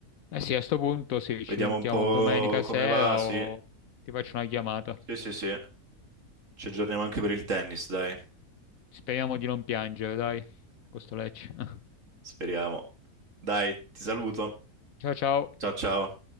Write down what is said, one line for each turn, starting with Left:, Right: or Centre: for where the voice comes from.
Left: Eh sì, a sto punto sì, ci
Right: vediamo
Left: sentiamo
Right: un po'
Left: domenica sera
Right: come va. Sì,
Left: o ti faccio una chiamata.
Right: sì, sì, sì. Ci aggiorniamo anche per il tennis, dai.
Left: Speriamo di non piangere, dai, con sto Lecce. <laughs>
Right: Speriamo. Dai, ti saluto.
Left: Ciao ciao.
Right: Ciao, ciao.